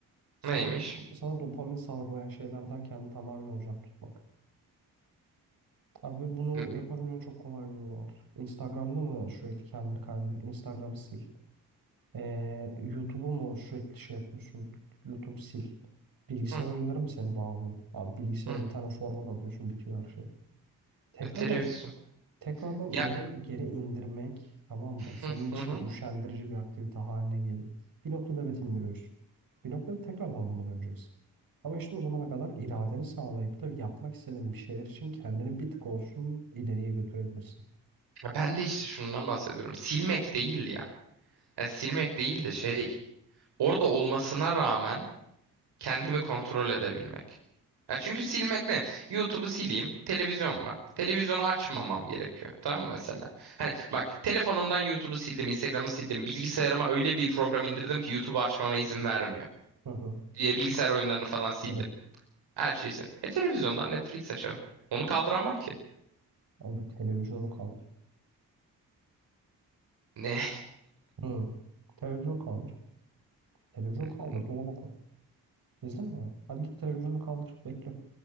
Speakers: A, on the right; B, on the right.
A: Sana
B: Neymiş?
A: sana dopamin salgılayan şeylerden kendini tamamen uzak tutmak. Abi ve bunu
B: Hı,
A: yapabilmenin çok kolay bir yolu var. Instagram'da mı sürekli kendini kaybediyorsun? Instagram'ı sil. Ee, YouTube'u mu sürekli şey yapıyorsun? YouTube'u sil. Bilgisayar
B: hı,
A: oyunları mı seni bağlıyor? Abi bilgisayara
B: hı.
A: bir tane format atıyorsun bitiyor her şey. Tekrar
B: E, televizyon.
A: Tekrardan onu
B: Ya
A: geri indirmek tamam mı? Senin
B: hı,
A: için
B: hı, hı.
A: üşendirici bir aktivite haline geliyor. Bir noktada evet indiriyorsun. Bir noktada tekrardan buna döneceksin. Ama işte o zamana kadar iradeni sağlayıp da yapmak istediğin bir şeyler için kendini bir tık olsun ileriye götürebilirsin.
B: Ya Ben de işte şundan bahsediyorum. Silmek değil ya. Ya silmek değil de şey. Orada olmasına rağmen Kendimi kontrol edebilmek. Ya çünkü silmek ne? YouTube'u sileyim, televizyon var. Televizyonu açmamam gerekiyor. Tamam mı mesela? Hani bak telefonumdan YouTube'u sildim, Instagram'ı sildim. Bilgisayarıma öyle bir program indirdim ki YouTube'u açmama izin vermiyor.
A: Hı hı.
B: Diye bilgisayar oyunlarını falan sildim.
A: Evet.
B: Her şeyi sildim. E televizyondan Netflix açarım. Onu kaldıramam ki.
A: Abi televizyonu kaldır.
B: Ne?
A: Hı. Televizyon kaldır. Televizyon kaldır.
B: <laughs>
A: Dolaba koy. İzleme ya. Hadi git televizyonu kaldır. Bekle.